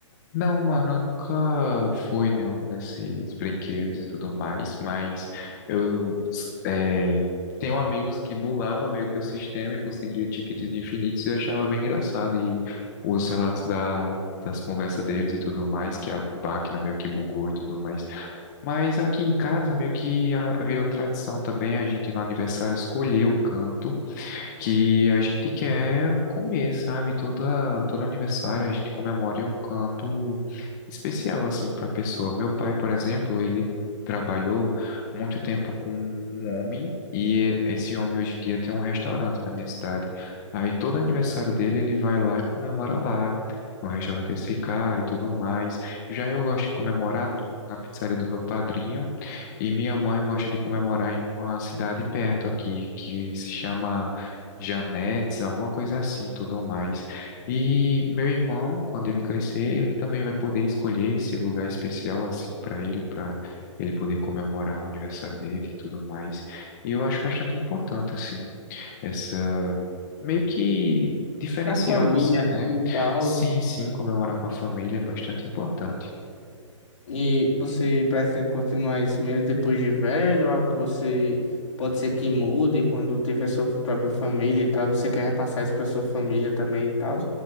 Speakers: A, on the left (about 35°); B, on the left (about 75°).
A: Não, mano, eu nunca fui não nesses brinquedos e tudo mais, mas eu é, tenho amigos que burlava meio que o sistema e conseguia tickets infinitos e eu achava bem engraçado. E os relatos da, das conversas deles e tudo mais, que a máquina meio que bugou e tudo mais. Mas aqui em casa, meio que ah, virou tradição também, a gente no aniversário escolher o canto que a gente quer comer, sabe? Toda, todo aniversário a gente comemora em um canto especial, assim, para a pessoa. Meu pai, por exemplo, ele trabalhou muito tempo com um homem e esse homem hoje em dia tem um restaurante na minha cidade. Aí todo aniversário dele ele vai lá e comemora lá. No restaurante desse cara e tudo mais. Já eu gosto de comemorar no, na pizzaria do meu padrinho, e minha mãe gosta de comemorar em uma cidade perto aqui, que se chama Janetes, alguma coisa assim, tudo mais. E meu irmão, quando ele crescer, ele também vai poder escolher esse lugar especial assim para ele, para ele poder comemorar o aniversário dele e tudo mais. E eu acho bastante importante assim essa meio que diferencial
B: A família,
A: assim,
B: né,
A: né?
B: e tal.
A: Sim, sim, comemorar com a família é bastante importante.
B: E você pretende continuar isso mesmo depois de velho? Algo que você pode ser que mude quando tiver sua própria família e tal? Você quer repassar isso para sua família também e tal?